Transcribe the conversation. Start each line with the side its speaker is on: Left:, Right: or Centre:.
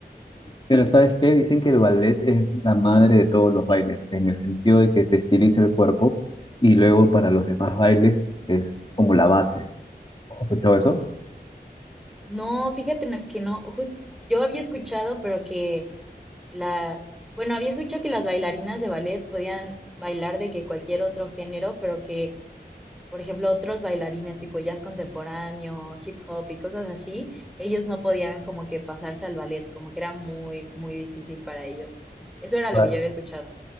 Left: Pero ¿sabes qué? Dicen que el ballet es la madre de todos los bailes, en el sentido de que te estiliza el cuerpo y luego para los demás bailes es como la base. ¿Has escuchado eso?
Centre: No, fíjate na- que no, jus- yo había escuchado, pero que la, bueno, había escuchado que las bailarinas de ballet podían bailar de que cualquier otro género, pero que por ejemplo, otros bailarines tipo jazz contemporáneo, hip hop y cosas así, ellos no podían como que pasarse al ballet, como que era muy, muy difícil para ellos. Eso era
Left: Claro,
Centre: lo que yo había escuchado.